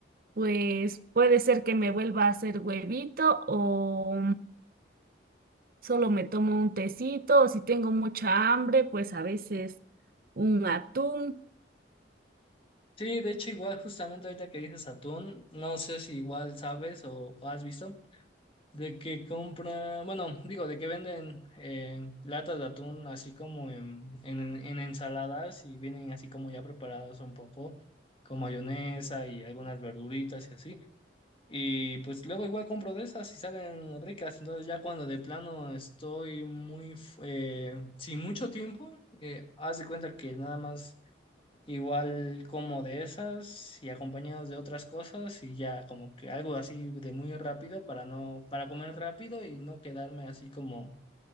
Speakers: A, on the right; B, on the left.
A: pues puede ser que me vuelva a hacer huevito o solo me tomo un tecito o si tengo mucha hambre, pues a veces un atún.
B: Sí, de hecho, igual justamente ahorita que dices atún, no sé si igual sabes o has visto, de que compra, bueno, digo, de que venden eh, latas de atún así como en, en, en ensaladas y vienen así como ya preparados un poco, con mayonesa y algunas verduritas y así. Y pues luego igual compro de esas y saben ricas. Entonces ya cuando de plano estoy muy f- eh, sin mucho tiempo, eh, haz de cuenta que nada más igual como de esas y acompañados de otras cosas y ya como que algo así de muy rápido para no, para comer rápido y no quedarme así como